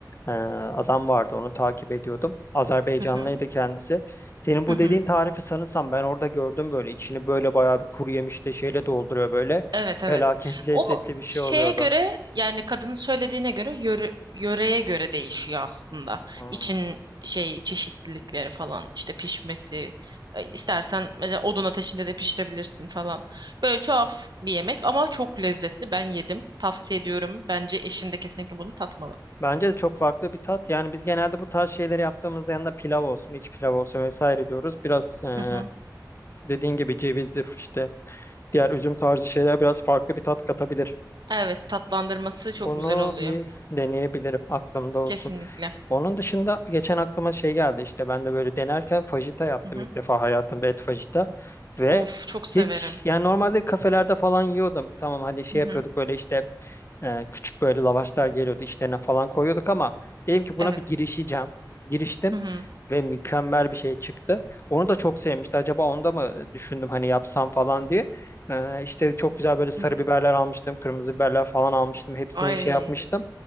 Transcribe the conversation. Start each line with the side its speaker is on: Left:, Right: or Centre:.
Left: e, adam vardı. Onu takip ediyordum. Azerbaycanlıydı
Right: Hı hı.
Left: kendisi. Senin bu
Right: Hı hı.
Left: dediğin tarifi sanırsam ben orada gördüm böyle. içini böyle bayağı bir kuru yemişte şeyle dolduruyor böyle.
Right: Evet
Left: Felaket
Right: evet.
Left: <laughs> lezzetli
Right: O
Left: bir şey
Right: şeye
Left: oluyordu.
Right: göre yani kadının söylediğine göre yöre- yöreye göre değişiyor aslında.
Left: Hmm.
Right: İçin şey çeşitlilikleri falan işte pişmesi e, istersen mesela odun ateşinde de pişirebilirsin falan. Böyle tuhaf bir yemek ama çok lezzetli. Ben yedim. Tavsiye ediyorum. Bence eşin de kesinlikle bunu tatmalı.
Left: Bence de çok farklı bir tat. Yani biz genelde bu tarz şeyleri yaptığımızda yanında pilav olsun, iç pilav olsun vesaire diyoruz. Biraz eee
Right: Hı hı.
Left: dediğin gibi cevizdir işte. Diğer üzüm tarzı şeyler biraz farklı bir tat katabilir.
Right: Evet tatlandırması çok
Left: Bunu
Right: güzel oluyor.
Left: bir deneyebilirim. Aklımda olsun.
Right: Kesinlikle.
Left: Onun dışında geçen aklıma şey geldi işte. Ben de böyle denerken fajita yaptım
Right: Hı hı.
Left: ilk defa hayatımda et fajita. Ve
Right: Of çok severim.
Left: hiç yani normalde kafelerde falan yiyordum. Tamam hani şey
Right: Hı
Left: yapıyorduk
Right: hı.
Left: böyle işte ee, küçük böyle lavaşlar geliyordu içlerine falan koyuyorduk ama dedim ki buna
Right: Evet.
Left: bir girişeceğim. Giriştim
Right: Hı hı.
Left: ve mükemmel bir şey çıktı. Onu da çok sevmişti. Acaba onu da mı düşündüm hani yapsam falan diye. Ee, işte çok güzel böyle sarı
Right: Hı hı.
Left: biberler almıştım. Kırmızı biberler falan almıştım. Hepsini
Right: Ay
Left: şey yapmıştım.